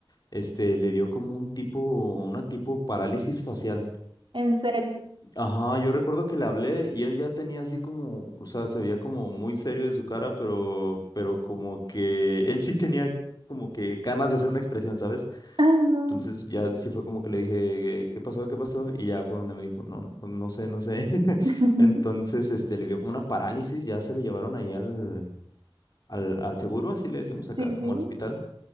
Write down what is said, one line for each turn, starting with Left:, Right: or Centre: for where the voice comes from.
Left: este, le dio como un tipo, una tipo parálisis facial.
Right: en serio.
Left: Ajá, yo recuerdo que le hablé y él ya tenía así como, o sea, se veía como muy serio de su cara, pero, pero como que él sí tenía como que ganas de hacer una expresión, ¿sabes?
Right: Ay, no.
Left: Entonces ya sí fue como que le dije, ¿qué pasó? ¿Qué pasó? Y ya fue donde me dijo, no, no no sé, no sé. <laughs>
Right: <laughs>
Left: Entonces, este, le dio como una parálisis, ya se lo llevaron ahí al, al, al seguro, así le decimos acá,
Right: Sí, sí.
Left: como al hospital.